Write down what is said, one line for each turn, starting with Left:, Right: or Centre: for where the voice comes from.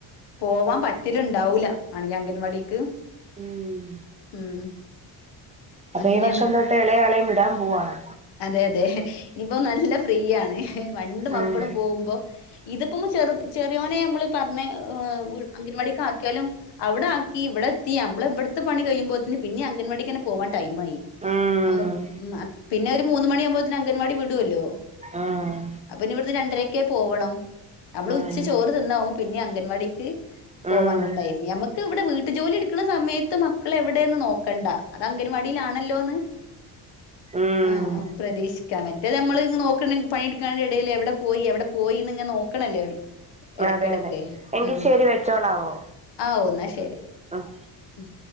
Left: പോവാൻ പറ്റല് ഉണ്ടാവില്ല ആണെങ്കിൽ അ വടിക്ക്
Right: ഉം
Left: ഉം
Right: അപ്പം
Left: അങ്ങനെയാണ്
Right: ഈ വർഷം തൊട്ട് ഇളയാ ആളേം വിടാൻ പോവുവാണ്.
Left: അതെ അതെ ഇനിപ്പോ നല്ല ഫ്രീയാണ് പണ്ട് മക്കളും
Right: ആഹ്
Left: പോകുമ്പോ ഇതിപ്പം ചെറു ചെറിയോനെ നമ്മള് പറഞ്ഞ അംഗൻവാടക്ക് ആക്കിയാലും. അവിടെ ആക്കി ഇവിടെ എത്തി നമ്മള ഇവിടത്തെ പണി കഴിയുമ്പോഴത്തന് പിന്നെ അംഗൻവാടിക്ക്ങ്ങനെ പോവാൻ ടൈം ആയി.
Right: ആഹ്
Left: നമ്മ പിന്നെ ഒരു മൂന്ന് മണിയാകുമ്പോത്തന് അംഗൻവാടി വിടുല്ലോ?
Right: ആഹ്
Left: അപ്പൊ ഇനി ഇവിടുന്ന് രണ്ടരൊക്കെ പോവണം. നമ്മൾ
Right: ആഹ്
Left: ഉച്ച ചോറ് തിന്നാവുമ്പോ പിന്നെ അംഗൻവാടിക്ക് പോവാനടായിരുന്നു
Right: ആഹ്
Left: നഞമ്മക്ക് ഇവിടെ വീട്ടു ജോലി എടുക്കുന്ന സമയത്ത് മക്കൾ എവിടെന്ന് നോക്കണ്ട. അത് അംഗൻവാടിയിലാണല്ലോ എന്ന്.
Right: ഉം
Left: ആഹ് പ്രതീക്ഷിക്കാം മറ്റേത് നമ്മള് നോക്ക് പണിടിക്കുന്ന ടൈമില് എവിടെ പോയി എവിടെ പോയിന്ന് ഇങ്ങ നോക്കണല്ലേ എടക്ക്‌
Right: അതെ
Left: എടക്ക്
Right: അതെ എങ്കിൽ
Left: ഉം
Right: ശരി വെച്ചോളാവോ
Left: ആ ഒന്നാ ശരി
Right: ആഹ്
Left: ഉം